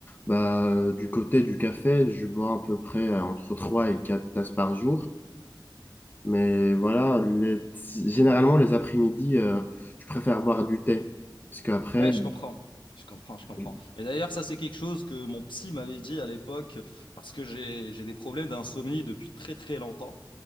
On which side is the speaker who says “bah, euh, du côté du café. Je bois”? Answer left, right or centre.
Left